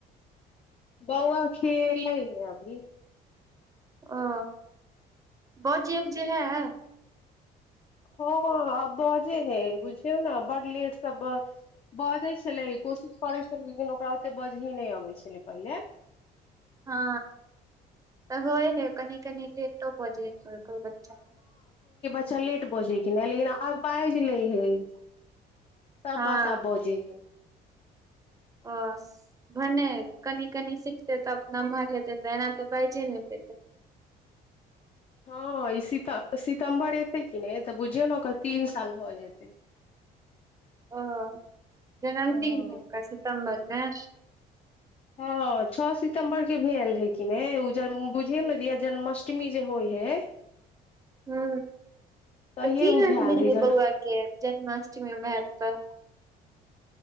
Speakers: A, on the left (about 35°); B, on the right (about 20°).
A: बौआ खेलय ह‌इ अभी।
B: ओह बजै उजै हेऽ।
A: हँ अ आब बजेय हइ बुझियौन बड लेटसँ बजैय छलैय कोशिश करैय छलैय लेकिन ओकरा ओते बजही नहि अबैय छलैय पहिलेऽ।
B: हँ तऽ होइहै कनि कनि लेटो भऽ जयहे कोइ कोइ बच्चाके।
A: अच्छा लेट बोजे हइ किने लेकिन आब बाजि लैय हइ इ। सबबात
B: हँ
A: आब बजैय हइ।
B: ओ भने कनि कनि सिखते तब नमहर हेतैइ तऽ एना तऽ बाजे नहि पेत
A: हँ अ इ सित सितम्बर एतै कि नहि तऽ बुझियौन ओकर तीन साल भऽ जेतैइ।
B: ओ जन्मदिन
A: हँ
B: हइ ओअर सितम्बरमे नैह
A: हँ छ सितम्बरके भेल हइ किने उजे बुझियने जे जन्माष्टमी जे होइ हइ
B: हू
A: तहिये
B: त कि
A: उ
B: नाम
A: भेल
B: देलीय
A: हइ जन्म
B: बउआके जन्माष्टमीमे भेल तऽ?